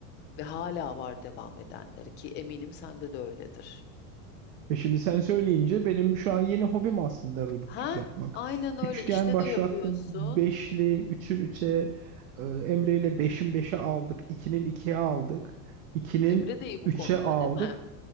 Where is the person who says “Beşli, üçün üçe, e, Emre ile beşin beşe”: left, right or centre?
Right